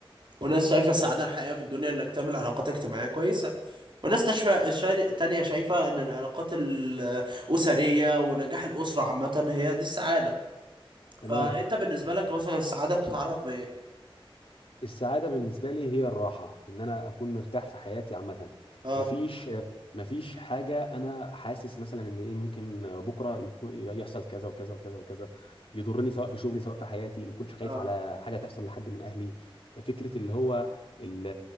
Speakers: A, on the right; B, on the left.
A: وناس شايفه السعاده الحقيقيه في الدنيا انك تعمل علاقات اجتماعيه كويسه وناس تشفى شا- تانية شايفه ان العلاقات الاسريه ونجاح الاسره عامه هي دي السعاده
B: تمام
A: فانت بالنسبه لك مثلا السعاده بتتعرف بايه
B: السعادة بالنسبة لي هي الراحة إن أنا أكون مرتاح في حياتي عامة
A: اه
B: مفيش مفيش حاجة أنا حاسس مثلا إن إيه ممكن بكرة يكون يحصل كذا وكذا وكذا وكذا يضرني سواء في شغلي سواء في حياتي ما كنتش خايف
A: اه
B: على حاجة تحصل لحد من أهلي فكرة اللي هو ال-